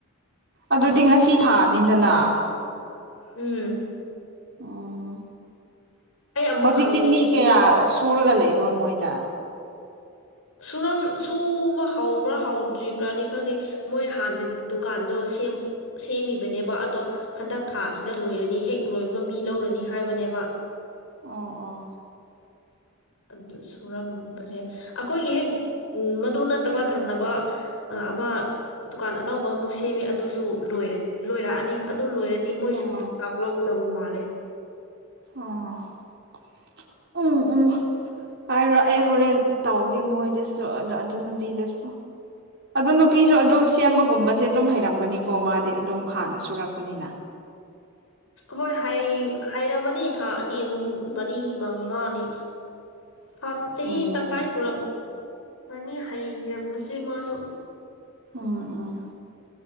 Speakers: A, on the right (about 50°); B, on the left (about 70°).
A: ꯑꯗꯨꯗꯤ ꯉꯁꯤ ꯊꯥꯅꯤꯗꯅ
B: ꯎꯝ
A: ꯎꯝ
B: ꯑꯩ ꯑꯃꯨꯛ
A: ꯍꯧꯖꯤꯛꯇꯤ
B: ꯍꯪꯕꯤꯒꯦ
A: ꯃꯤ ꯀꯌꯥ ꯁꯨꯔꯒ ꯂꯩꯕ꯭ꯔꯣ ꯃꯣꯏꯗ
B: ꯁꯨꯔꯝ ꯁꯨꯕ ꯍꯕ꯭ꯔꯥ ꯍꯧꯗ꯭ꯔꯤꯕ꯭ꯔꯥꯗꯤ ꯈꯪꯗꯦ ꯃꯣꯏ ꯍꯥꯟꯅ ꯗꯨꯀꯥꯟꯗꯣ ꯁꯦꯝꯃꯤꯕꯅꯦꯕ ꯑꯗꯣ ꯍꯟꯗꯛ ꯊꯥ ꯑꯁꯤꯅ ꯂꯣꯏꯔꯅꯤ ꯍꯦꯛ ꯂꯣꯏꯕꯒ ꯃꯤ ꯂꯧꯔꯅꯤ ꯍꯥꯏꯕꯅꯦꯕ <unintelligible>
A: ꯑꯣ ꯑꯣ
B: ꯑꯗꯨ ꯁꯨꯔꯝꯕꯁꯦ ꯑꯩꯈꯣꯏꯒꯤ ꯍꯦꯛ ꯃꯗꯨ ꯅꯠꯇꯕ ꯊꯪꯅꯕ ꯑꯃ ꯗꯨꯀꯥꯟ ꯑꯅꯧꯕ ꯑꯃꯨꯛ ꯁꯦꯝꯃꯤ ꯑꯗꯨꯁꯨ ꯂꯣꯏꯔꯛꯑꯅꯤ ꯑꯗꯨ ꯂꯣꯏꯔꯗꯤ ꯃꯣꯏꯁꯨ
A: ꯑꯣ
B: ꯀꯥꯞ ꯂꯧꯒꯗꯧꯕ ꯃꯥꯜꯂꯦ
A: ꯑꯣ ꯎꯝ ꯎꯝ ꯍꯥꯏꯔꯣ ꯑꯩ ꯍꯣꯔꯦꯟ ꯇꯧꯒꯦ ꯃꯣꯏꯗꯁꯨ ꯑꯗꯣ ꯑꯗꯨ ꯅꯨꯄꯤꯗꯁꯨ ꯑꯗꯨ ꯅꯨꯄꯤꯁꯨ ꯑꯗꯨꯝ ꯁꯦꯝꯕꯒꯨꯝꯕꯁꯦ ꯑꯗꯨꯝ ꯍꯩꯔꯝꯒꯅꯤꯀꯣ ꯃꯥꯗꯤ ꯑꯗꯨꯝ ꯍꯥꯟꯅ ꯁꯨꯔꯛꯄꯅꯤꯅ
B: ꯍꯣꯏ ꯍꯩ ꯍꯩꯔꯝꯃꯅꯤ ꯊꯥ ꯑꯅꯤ ꯑꯍꯨꯝ ꯃꯔꯤ ꯃꯉꯥꯅꯤ
A: <inaudible>
B: ꯊꯥ ꯆꯍꯤ
A: ꯎꯝ
B: ꯇꯪꯈꯥꯏ ꯁꯨꯔꯝ ꯃꯥꯅꯤ ꯍꯩꯔꯝꯕꯁꯦ ꯃꯥꯁꯨ
A: ꯑꯣ ꯑꯣ